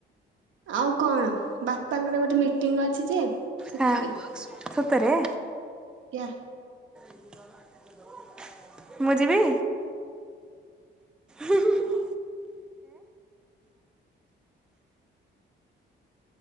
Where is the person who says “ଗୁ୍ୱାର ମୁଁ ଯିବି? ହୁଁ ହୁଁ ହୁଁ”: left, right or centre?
Centre